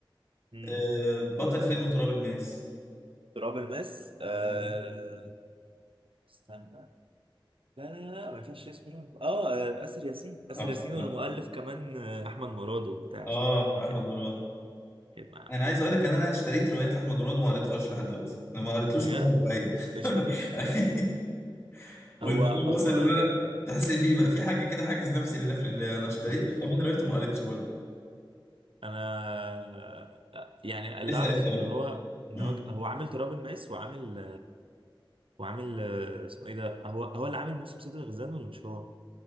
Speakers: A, on the right; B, on the left.
A: مم.
B: أه بطل فيلم تراب الماس
A: تراب الماس آه...
B: آه،
A: استنى لا لا لا ما ينفعش اسمه تراب. اه آه، آسر ياسين آسر
B: صح
A: ياسين
B: صح
A: والمؤلف كمان آه، أحمد مراد وبتاع
B: اه
A: شوف يخرب
B: احمد مراد
A: يخرب معاه
B: انا عايز اقول لك ان انا اشتريت روايات لاحمد مراد وما قريتهاش لحد دلوقتي انا ما قريتلوش
A: بجد
B: ولا روايه
A: إيش
B: <laughs> والموضوع
A: هو هو
B: وصل ان انا تحس فيه بقى في حاجه كده حاجز نفسي للقفل اللي انا اشتريت
A: <laughs>
B: له كمان دلوقتي وما قريتش برضه
A: انا يعني اللي
B: اسال
A: اعرف
B: انت بقى
A: ان هو ان
B: امم
A: هو هو عامل تراب الماس وعامل وعامل آه، اسمه ايه ده هو هو اللي عامل موسم صيد الغزلان ولا مش هو